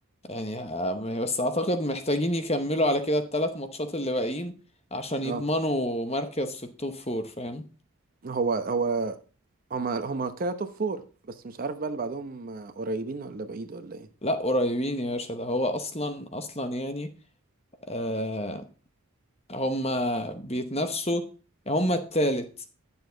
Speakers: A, on the left; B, on the right.
A: يعني آه، بس اعتقد محتاجين يكملوا على كده الثلاث ماتشات اللي باقيين عشان يضمنوا
B: اه
A: مركز في التوب فور فاهم
B: هو هو هما هما كده توب فور بس مش عارف بقى اللي بعدهم آه، قريبين ولا بعيد ولا ايه
A: لا قريبين يا باشا ده هو اصلا اصلا يعني آه هما بيتنافسوا هما التالت